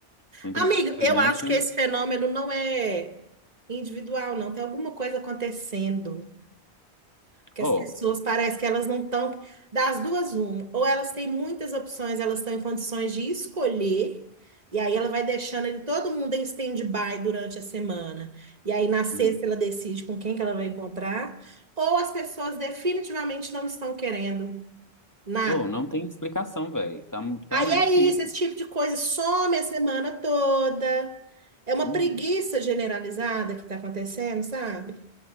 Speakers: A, on the left; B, on the right.
A: simplesmente.
B: Amigo, eu acho que esse fenômeno não é individual, não. Tem alguma coisa acontecendo. Que
A: Oh,
B: as pessoas parece que elas não estão. Das duas, uma. Ou elas têm muitas opções, elas estão em condições de escolher, e aí ela vai deixando ele, todo mundo em stand-by durante a semana. E aí na sexta
A: uhum.
B: ela decide com quem que ela vai encontrar. Ou as pessoas definitivamente não estão querendo nada.
A: Oh, não tem explicação, velho. Tá, tá
B: Aí
A: muito
B: é
A: difícil.
B: isso, esse tipo de coisa some a semana toda. É uma
A: Uhum,
B: preguiça generalizada que está acontecendo, sabe?